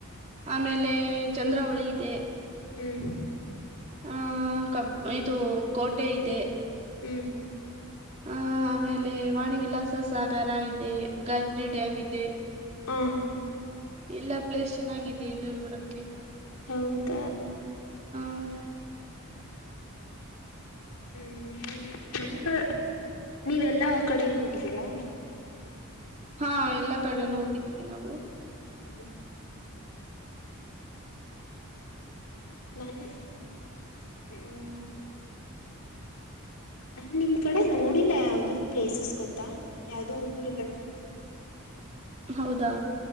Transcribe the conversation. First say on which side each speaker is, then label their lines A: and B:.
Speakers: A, on the right (about 30°); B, on the left (about 85°).
A: ಆಮೇಲೆ ಚಂದ್ರಾವಳಿ ಇದೆ.
B: ಹ್ಮ್
A: ಆಹ ಕಬ್ ಇದು ಕೋಟೆ ಇದೆ.
B: ಹ್ಮ್.
A: ಹ ಆಮೇಲೆ ವಾಣಿ ವಿಲಾಸ ಸಾಗರ ಇದೆ ಗಾಯತ್ರಿ ಡ್ಯಾಮ್ ಇದೆ.
B: ಹ್ಮ್ಮ್.
A: ಇಲ್ಲಾ ಪ್ಲೇಸ್ ಚೆನ್ನಾಗಿದೆ ಇಲ್ಲೂ ನೋಡಕ್ಕೆ.
B: ಹೌದ.
A: ಹ್ಮ್ಹ್.
B: ಹ್ಮ ಹ್ಮ್ಮ್ ನಮಕ್ ನೀವು ಎಲ್ಲಾ ಕಡೆನೂ ಹೋಗಿದ್ದೀರಾ.
A: ಹಾ ಎಲ್ಲಾ ಕಡೆನೂ ಹೋಗಿದ್ದೀವಿ ನಾವು.
B: ಹ್ಮ್. ನಾನು ಹ್ಮ್. ನಾನ್ ನಿಮ್ ಕಡೆ ನೋಡಿಲ್ಲ ಯಾವ್ದು ಪ್ಲೇಸಸ್ ಗೊತ್ತಾ ಯಾವ್ದು ಊರುಗಳ್ ನೋಡಿಲ್ಲ.
A: <inaudible> ಹೌದಾ